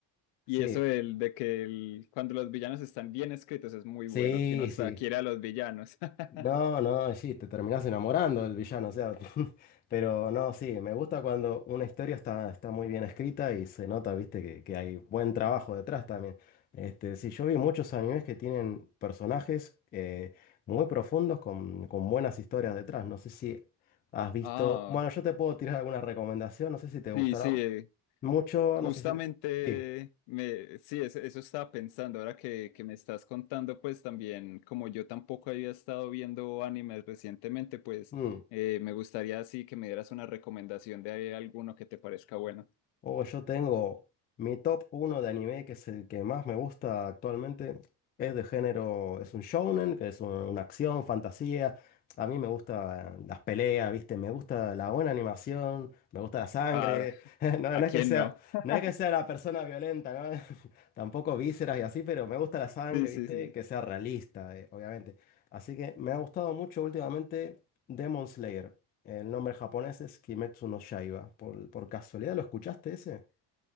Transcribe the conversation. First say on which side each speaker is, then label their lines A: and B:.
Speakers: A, on the left (about 85°); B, on the left (about 25°).
A: y
B: Sí,
A: eso del, de que el- cuando los villanos están bien escritos es muy
B: sí,
A: bueno, que uno hasta
B: sí.
A: quiere a los villanos. <laughs>
B: No, no, y sí, te terminás enamorando del villano, o sea, <laughs> pero no, sí, me gusta cuando una historia está, está muy bien escrita y se nota, viste, que, que hay buen trabajo detrás también. Este, sí, yo vi muchos animes que tienen personajes eh, muy profundos con, con buenas historias detrás. No sé si has visto,
A: Ah,
B: bueno, yo te puedo tirar alguna recomendación, no sé si te gustará
A: sí, sí,
B: mucho,
A: justamente
B: no sé si... Sí.
A: me, sí, eso, eso estaba pensando ahora que, que me estás contando, pues también, como yo tampoco había estado viendo animes recientemente, pues
B: mm.
A: eh, me gustaría así que me dieras una recomendación de alguno que te parezca bueno.
B: Oh, yo tengo mi top uno de anime, que es el que más me gusta actualmente. Es de género, es un shounen, que es un- una acción, fantasía. A mí me gustan las peleas, ¿viste? Me gusta la buena animación, me gusta la sangre.
A: Ah,
B: <laughs> No,
A: ¿a
B: no es
A: quién
B: que sea,
A: no? <laughs>
B: no es que sea la persona violenta, ¿no? <laughs> Tampoco vísceras y así, pero me gusta la sangre,
A: Sí, sí,
B: ¿viste?
A: sí.
B: Que sea realista, eh, obviamente. Así que me ha gustado mucho últimamente Demon Slayer. El nombre japonés es Kimetsu no Yaiba. ¿Por, por casualidad lo escuchaste ese?